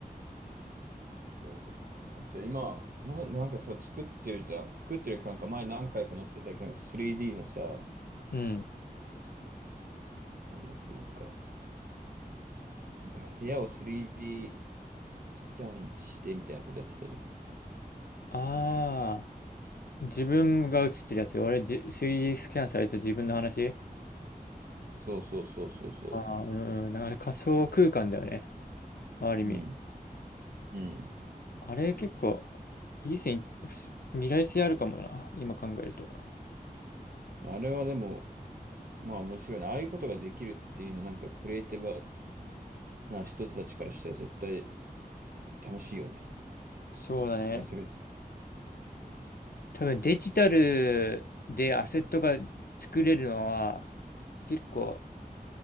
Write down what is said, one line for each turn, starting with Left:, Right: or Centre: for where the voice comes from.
Right: そうだもんな。だって今、な、なんかさ、作ってるじゃん。作ってるなんか前何回か載せてたけど、なんか 3D のさ、
Left: うん。
Right: なんだっけ、なんか、なんか部屋を 3D スキャンしてみたいなことやってたじゃん。
Left: ああ、自分が映ってるやつ。俺、じ 3D スキャンされた自分の話
Right: そうそうそうそうそ
Left: ああー、うんうん。だから仮想空間だよね。ある意味。
Right: う。うん。うん。
Left: あれ結構、いい線、未来性あるかもな。今考えると。
Right: あれはでも、まあ面白いね。ああいうことができるっていうのは、なんかクリエイティブな人たちからしたら絶対楽しいよね。だか
Left: そうだね。
Right: らそれ、
Left: 多分デジタルでアセットが作れるのは、結構